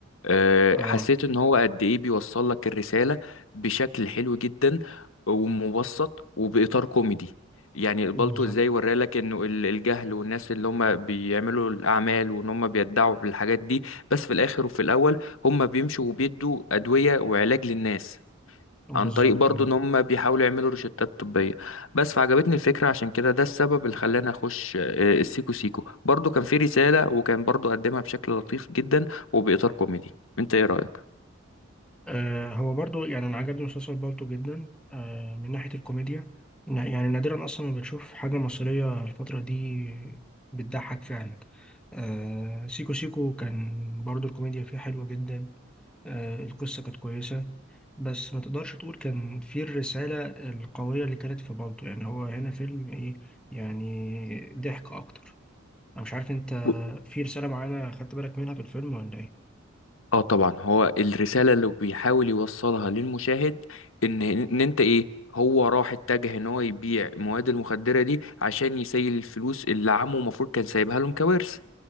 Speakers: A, on the left (about 75°); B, in the centre.
A: آه،
B: اه
A: حسيت ان هو قد ايه بيوصل لك الرساله بشكل حلو جدا ومبسط وباطار كوميدي يعني البلطو
B: بالظبط
A: ازاي ورالك انه ال- الجهل والناس اللي هم بيعملوا الاعمال وان هم بيدعوا بالحاجات دي بس في الاخر وفي الاول هم بيمشوا وبيدوا أدوية وعلاج للناس
B: بالظبط
A: عن طريق برضو
B: آه.
A: ان هم بيحاولوا يعملوا روشتات طبية بس فعجبتني الفكرة عشان كده ده السبب اللي خلاني اخش آه، السيكو سيكو برضو كان في رسالة وكان برضو قدمها بشكل لطيف جدا وبإطار كوميدي انت ايه رأيك؟
B: آه، هو برضو يعني انا عجبني مسلسل بالطو جدا آه، من ناحية الكوميديا نا- يعني نادرا اصلا ما بتشوف حاجة مصرية الفترة دي بتضحك فعلا آه، سيكو سيكو كان برضو الكوميديا فيه حلوة جدا آه، القصة كانت كويسة بس ما تقدرش تقول كان فيه الرسالة القوية اللي كانت في بالطو يعني هو هنا فيلم ايه يعني ضحك اكتر انا مش عارف انت
A: ب-
B: في رسالة معينة خدت بالك منها في الفيلم ولا ايه
A: اه طبعا هو الرسالة اللي بيحاول يوصلها للمشاهد ان ان انت ايه هو راح اتجه ان هو يبيع المواد المخدرة دي عشان يسيل الفلوس اللي عمه المفروض كان سايبها لهم كوارث